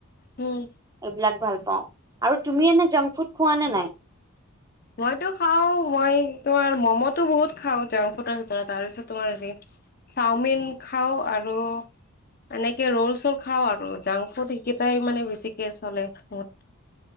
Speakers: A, on the left; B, on the right.
A: উম।
B: এইবিলাক ভাল পাওঁ। আৰু তুমি এনে জাংক ফুড খোৱা নে নাই?
A: মইতো খাওঁ মই তোমাৰ মম'টো বহুত খাওঁ জাংক ফুডৰ ভিতৰত তাৰপিছত তোমাৰ হেৰি চাওমিন খাওঁ আৰু এনেকে ৰোল চল খাওঁ আৰু জাংক ফুড সেইকেইটাই মানে বেছিকে চলে মোৰ।